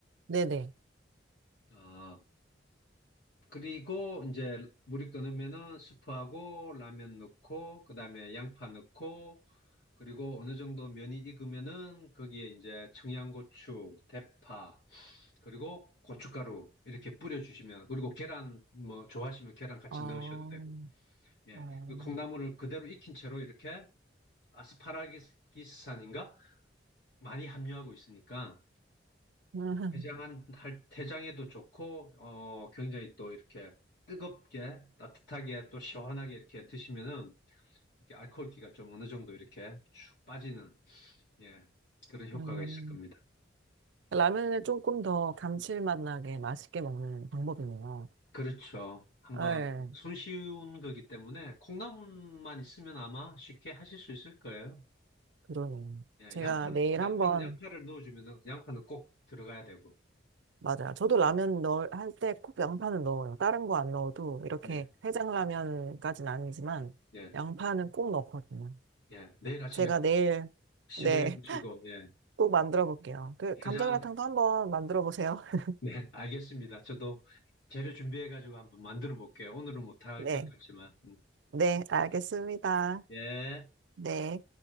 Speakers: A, on the right; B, on the left.
A: 네네.
B: 아. 그리고 이제 물이 끓으면은 수프하고 라면 넣고 그다음에 양파 넣고 그리고 어느 정도 면이 익으면은 거기에 이제 청양고추, 대파, 그리고 고춧가루 이렇게 뿌려주시면 그리고 계란 뭐 좋아하시면 계란 같이
A: 어,
B: 넣으셔도 되고 예.
A: 어,
B: 그 콩나물을 그대로 익힌 채로 이렇게 아스파라기스산인가 많이 함유하고 있으니까
A: <laughs>
B: 대장한 할 대장에도 좋고 어 굉장히 또 이렇게 뜨겁게 따뜻하게 또 시원하게 이렇게 드시면은 이렇게 알코올기가 좀 어느 정도 이렇게 쭉 빠지는 예 그런 효과가
A: 음, 음.
B: 있을 겁니다.
A: 라면을 조금 더 감칠맛 나게 맛있게 먹는 방법이네요.
B: 그렇죠. 한번
A: 네,
B: 손쉬운 거기 때문에 콩나물만 있으면 아마 쉽게 하실 수 있을 거예요.
A: 그러네요.
B: 예,
A: 제가
B: 양파는
A: 내일
B: 양파는
A: 한번
B: 양파를 넣어주면은 양파는 꼭 들어가야 되고
A: 맞아요. 저도 라면 넣을 할 때 꼭 양파는 넣어요. 다른 거 안 넣어도 이렇게
B: 네,
A: 해장라면까지는 아니지만
B: 예,
A: 양파는 꼭 넣거든요.
B: 예. 내일 아침에
A: 제가
B: 꼭
A: 내일
B: 시도해
A: 네,
B: 보시고
A: <laughs>
B: 예,
A: 꼭 만들어 볼게요. 그 감자그라탕도
B: 해장
A: 한번 만들어 보세요. <laughs>
B: 네, 알겠습니다. 저도 재료 준비해가지고 한번 만들어 볼게요. 오늘은 못할
A: 네.
B: 것 같지만. 음,
A: 네, 알겠습니다.
B: 예.
A: 네.